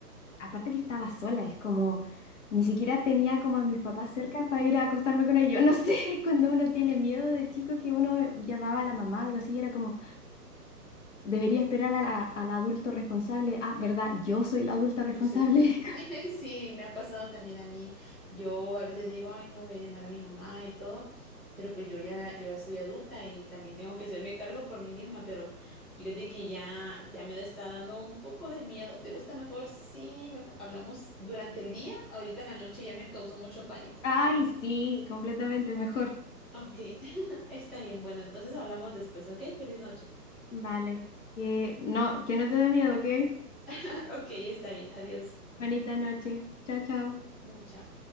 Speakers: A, on the left; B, in the centre.
A: aparte que estaba sola, es como ni siquiera tenía como a mis papás cerca para ir a acostarme con ellos. <laughs> No sé, cuando uno tiene miedo de chico que uno llamaba a la mamá o algo así, era como, debería esperar a la- al adulto responsable. Ah, ¿verdad? Yo soy la adulta responsable.
B: tu celular.
A: <laughs>
B: <laughs> Sí, me ha pasado también a mí. Yo a veces digo, ay, no voy a llamar a mi mamá y todo, pero pues yo ya, yo ya soy adulta y también tengo que hacerme cargo por mí misma, pero fíjate que ya, ya me está dando un poco de miedo. ¿Te gusta mejor? Sí, mejor hablamos durante el día, ahorita en la noche ya me causó mucho pánico.
A: Ay, sí, completamente mejor.
B: Ok, <laughs> está bien. Bueno, entonces hablamos después, ¿ok? Feliz noche.
A: Vale, que no, que no te dé miedo, ¿ok?
B: <laughs> Ok, está bien. Adiós.
A: Bonita noche. Chao, chao.
B: <laughs> Chao.